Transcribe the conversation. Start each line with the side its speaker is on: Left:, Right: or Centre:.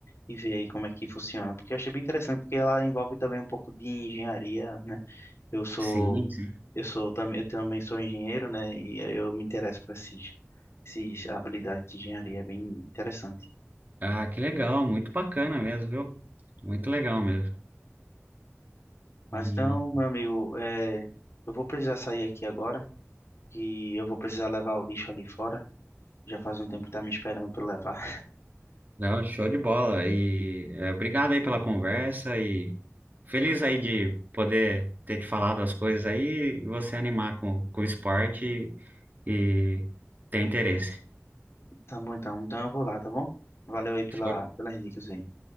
Left: e ver aí como é que funciona. Porque eu achei bem interessante, porque ela envolve também um pouco de engenharia, né? Eu sou,
Right: sim, sim.
Left: eu sou também, eu também sou engenheiro, né? E eu me interesso por esses, esses habilidades de engenharia, é bem interessante.
Right: Ah, que legal, muito bacana mesmo, viu? Muito legal mesmo.
Left: Mas
Right: E
Left: então, meu amigo, é, eu vou precisar sair aqui agora. que eu vou precisar levar o lixo ali fora. Já faz um tempo que tá me esperando pra eu levar.
Right: não, show de bola. E é, obrigado aí pela conversa e feliz aí de poder ter te falado as coisas aí e você animar com, com o esporte e, e ter interesse.
Left: <laughs> Tá bom então, então eu vou lá, tá bom? Valeu aí pela,
Right: Show,
Left: pelas dicas aí.